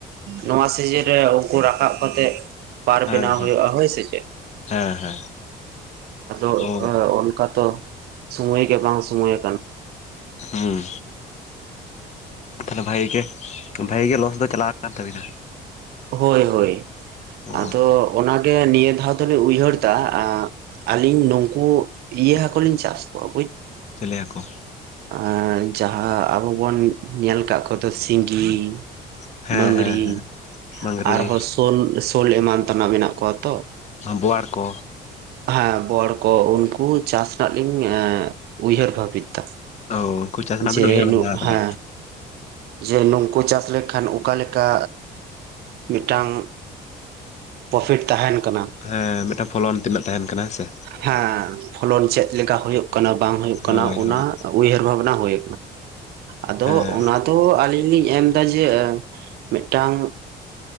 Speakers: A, on the right (about 70°); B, on the left (about 40°).
A: ᱱᱚᱣᱟ ᱥᱤᱡᱤᱱ ᱨᱮ ᱠᱚ ᱨᱟᱠᱟᱵ ᱠᱟᱛᱮᱜ ᱯᱟᱨᱠ
B: ᱦᱮᱸ
A: ᱵᱮᱱᱟᱣ
B: ᱦᱮᱸ
A: ᱦᱩᱭᱩᱜᱼᱟ ᱦᱳᱭ ᱥᱮ ᱪᱮᱫ
B: ᱦᱮᱸ ᱦᱮᱸ
A: ᱟᱫᱚ
B: ᱚ
A: ᱚᱱᱠᱟ ᱛᱚ ᱥᱚᱢᱚᱭ ᱜᱮ ᱵᱟᱝ ᱥᱚᱢᱚᱭ ᱟᱠᱟᱱᱟ
B: ᱦᱩᱸ ᱛᱟᱦᱚᱞᱮ ᱵᱷᱟᱜᱮ ᱜᱮ ᱵᱷᱟᱜᱮ ᱜᱮ ᱞᱚᱥ ᱫᱚ ᱪᱟᱞᱟᱣ ᱟᱠᱟᱱ ᱛᱟᱹᱵᱤᱱᱟ
A: ᱦᱳᱭ ᱦᱳᱭ
B: ᱚ
A: ᱟᱫᱚ ᱚᱱᱟ ᱜᱮ ᱱᱤᱭᱟᱹ ᱫᱷᱟᱣ ᱫᱚᱞᱮ ᱩᱭᱦᱟᱹᱨ ᱫᱟ ᱟᱹᱞᱤᱧ ᱱᱩᱠᱩ ᱤᱭᱟᱹ ᱦᱟᱹᱠᱩ ᱞᱤᱧ ᱪᱟᱥ ᱠᱚᱣᱟ
B: ᱪᱮᱞᱮ ᱦᱟᱠᱚ
A: ᱟᱨ ᱡᱟᱦᱟᱸ ᱟᱵᱚ ᱵᱚᱱ ᱧᱮᱞ ᱠᱟᱜ ᱠᱚᱫᱚ ᱥᱤᱸᱜᱤ
B: ᱦᱮᱸ
A: ᱢᱟᱹᱜᱽᱨᱤ
B: ᱦᱮᱸ ᱦᱮᱸ ᱢᱟᱝᱜᱽᱨᱤ
A: ᱟᱨᱦᱚᱸ ᱥᱳᱞ ᱥᱳᱞ ᱮᱢᱟᱱ ᱛᱮᱱᱟᱜ ᱢᱮᱱᱟᱜ ᱠᱚᱣᱟ ᱛᱚ
B: ᱵᱳᱣᱟᱲ ᱠᱚ
A: ᱦᱮᱸ ᱵᱳᱣᱟᱲ ᱠᱚ ᱩᱱᱠᱩ ᱪᱟᱥ ᱨᱮᱱᱟᱜ ᱞᱤᱧ ᱩᱭᱦᱟᱹᱨ ᱵᱷᱟᱵᱤᱛ
B: ᱚ ᱩᱱᱠᱩ ᱪᱟᱥ ᱨᱮᱱᱟᱜ
A: ᱡᱮ
B: ᱵᱤᱱ ᱩᱭᱦᱟᱹᱨ ᱵᱷᱟᱵᱽᱱᱟ
A: ᱱᱚᱜ
B: ᱟᱠᱟᱫᱟ
A: ᱦᱟ ᱡᱮ ᱱᱩᱝᱠᱩ ᱪᱟᱥ ᱞᱮᱠᱷᱟᱱ ᱚᱠᱟᱞᱮᱠᱟ ᱢᱤᱫᱴᱟᱝ ᱯᱨᱚᱯᱷᱤᱴ ᱛᱟᱦᱮᱱ ᱠᱟᱱᱟ
B: ᱦᱮᱸ ᱢᱤᱫᱴᱟᱝ ᱯᱷᱚᱞᱚᱱ ᱛᱤᱱᱟᱹᱜ ᱛᱟᱦᱮᱱ ᱠᱟᱱᱟ ᱦᱮᱸ ᱥᱮ
A: ᱦᱮᱸ ᱯᱷᱚᱞᱚᱱ ᱪᱮᱫ ᱞᱮᱠᱟ ᱦᱩᱭᱩᱜ ᱠᱟᱱᱟ ᱵᱟᱝ ᱦᱩᱭᱩᱜ ᱠᱟᱱᱟ
B: ᱦᱳᱭ
A: ᱚᱱᱟ
B: ᱦᱳᱭ
A: ᱩᱭᱦᱟᱹᱨ ᱵᱷᱟᱵᱱᱟ ᱦᱳᱭ ᱟᱫᱚ
B: ᱦᱮᱸ
A: ᱚᱱᱟ ᱫᱚ ᱟᱹᱞᱤᱧ ᱤᱧᱤᱧ ᱮᱢᱫᱟ ᱡᱮ ᱢᱤᱫᱴᱟᱝ